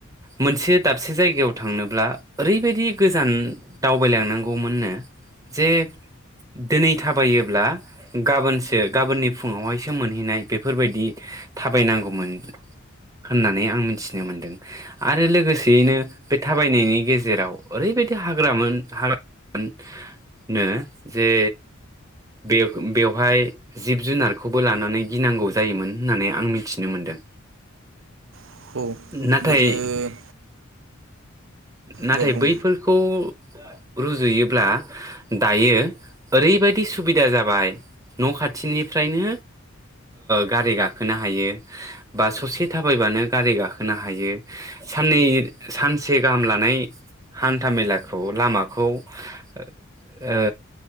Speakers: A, on the right (about 15°); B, on the right (about 65°).
A: मोनसे दाबसे जायगायाव थांनोब्ला ओरैबायदि गोजान दावबायलांनांगौमोननो। जे दिनै। थाबायोब्ला गाबोनसो गाबोननि फुङावहायसो मोनहैनाय बेफोर बायदि थाबाय नांगौमोन होननानै आं मिथिनो मोनदों आरो लोगोसेयैनो बे थाबायनायनि गेजेराव ओरैबायदि हाग्रामोन हाग्रानो जे बे बेवहाय जिब जुनारखौबो लानानै गिनांगौ जायोमोन होननानै आं मिथिनो मोनदों।
B: औ
A: नाथाय
B: गोजो
A: नाथाय
B: दे बुं
A: बैफोरखौ रुजुयोब्ला दायो ओरै बायदि। सुबिदा जाबाय न'खाथिनिफ्रायनो गारि गाखोनो हायो बा ससे थाबायबानो गारि गाखोनो हायो साननै सानसे गाहाम लानाय हान्था मेलाखौ लामाखौ ओ